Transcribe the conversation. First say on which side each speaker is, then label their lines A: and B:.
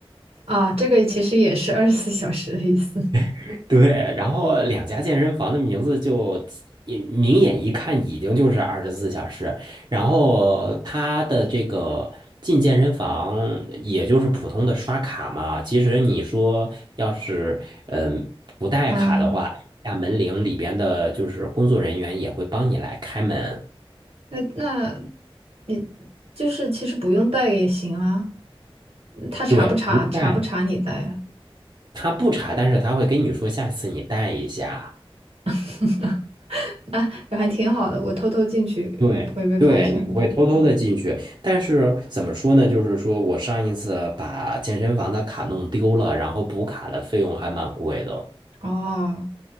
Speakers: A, on the right; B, on the right.
A: 啊，这个其实也是二十四小时的意思。
B: <laughs> 对，然后两家健身房的名字就也明眼一看已经就是二十四小时，然后它的这个进健身房也就是普通的刷卡嘛，其实你说要是嗯不带卡的话，
A: 嗯，
B: 按下门铃里边的就是工作人员也会帮你来开门，
A: 那那你就是其实不用带也行啊，他查不查？
B: 对，不带。
A: 查不查你带啊？
B: 他不查，但是他会跟你说下次你带一下。
A: <laughs> 那还挺好的，我偷偷进去也不会被发现吧？
B: 对，对，你会偷偷的进去，但是怎么说呢？就是说我上一次把健身房的卡弄丢了，然后补卡的费用还蛮贵的。
A: 哦，